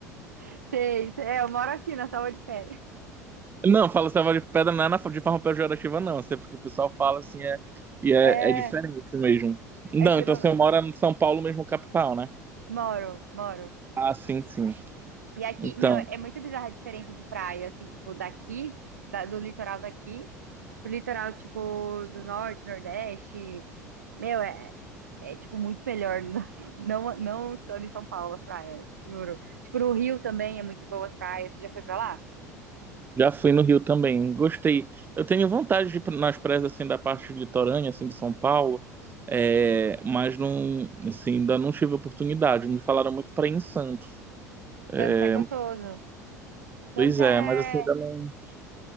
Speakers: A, on the right; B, on the right.
A: <laughs> Sei, sei. É, eu moro aqui na Salva de Pedra.
B: Não, falo Selva de Pedra não é na- de forma pejorativa, não. Assim, é porque o pessoal fala assim, é, e é,
A: É,
B: é diferente mesmo. Não,
A: é que
B: então
A: eu
B: você mora em São Paulo mesmo, capital, né?
A: moro, moro.
B: Ah, sim, sim.
A: E aqui,
B: Então,
A: meu, é muito bizarra a diferença de praia, assim, tipo, daqui, da- do litoral daqui, pro litoral, tipo, do norte, nordeste. Meu, é, é, tipo, muito melhor <laughs> não, não estando em São Paulo as praias, juro. Tipo, no Rio também é muito boas praias. Você já foi pra lá?
B: já fui no Rio também. Gostei. Eu tenho vontade de ir pra- nas praias assim da parte litorânea, assim de São Paulo, é, mas não, assim, ainda não tive oportunidade. Me falaram muito para ir em Santos. É,
A: Santos é gostoso. Santos
B: pois
A: é.
B: é, mas assim ainda não,